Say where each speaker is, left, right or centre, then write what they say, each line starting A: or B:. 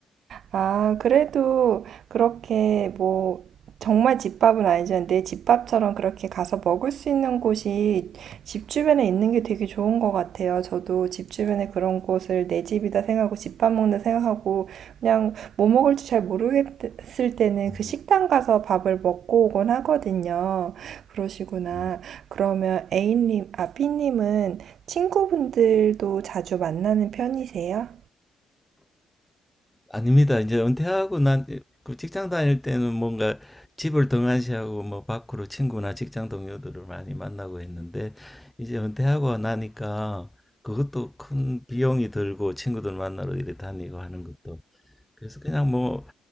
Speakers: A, on the right (about 65°); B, in the centre.
A: 아, 그래도 그렇게 뭐 정말 집밥은 아니지만 내 집밥처럼 그렇게 가서 먹을 수 있는 곳이 집 주변에 있는 게 되게 좋은 것 같아요. 저도 집 주변에 그런 곳을 내 집이다 생각하고 집밥 먹는다 생각하고 그냥 뭐 먹을지 잘 모르겠을 때는
B: 음,
A: 그 식당 가서 밥을 먹고 오곤 하거든요. 그러시구나.
B: 음.
A: 그러면 A님, 아, B님은 친구분들도 자주 만나는 편이세요?
B: 아닙니다. 이제 은퇴하고 난 그 직장 다닐 때는 뭔가 집을 등한시하고 뭐 밖으로 친구나 직장 동료들을 많이 만나고 했는데 이제 은퇴하고 나니까 그것도 큰 비용이 들고 친구들 만나러 이래 다니고 하는 것도 그래서 그냥 뭐